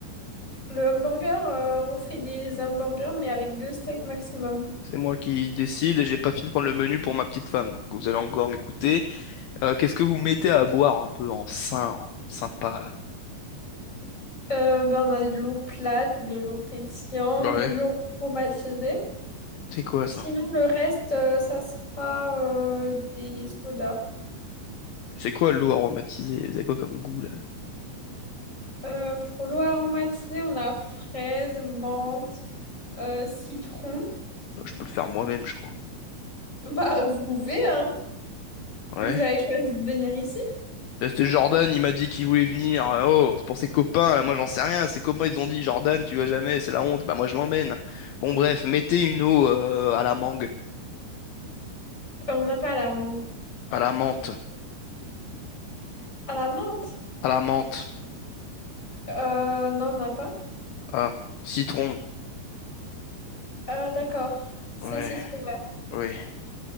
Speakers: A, on the left; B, on the left.
A: Le hamburger, euh, on fait des hamburgers, mais avec deux steaks maximum.
B: C'est moi qui décide et j'ai pas fini de prendre le menu pour ma petite femme, donc vous allez encore m'écouter. Euh, qu'est-ce que vous mettez à boire un peu en sain, en sympa là?
A: Euh, ben, on a de l'eau plate, de l'eau pétillante,
B: Ouais,
A: de l'eau aromatisée.
B: c'est quoi
A: Sinon,
B: ça?
A: le reste, euh, ça sera euh, des sodas.
B: C'est quoi l'eau aromatisée? C'est quoi comme goût là?
A: Euh, pour l'eau aromatisée, on a fraise, menthe, euh, citron.
B: Non, je peux le faire moi-même, je crois.
A: Bah, vous pouvez, hein.
B: Ouais.
A: Mais vous avez choisi de venir ici.
B: Là, c'était Jordan, il m'a dit qu'il voulait venir. Euh, Oh, c'est pour ses copains, là, moi j'en sais rien. Ses copains, ils ont dit Jordan, tu vas jamais, c'est la honte. Bah, moi je l'emmène. Bon, bref, mettez une eau euh, à la mangue,
A: Euh, On n'a pas la mangue.
B: à la menthe,
A: À la menthe?
B: à la menthe,
A: Euh, non, on n'a pas.
B: ah, citron.
A: Euh, d'accord. C'est
B: Ouais,
A: citron vert.
B: oui.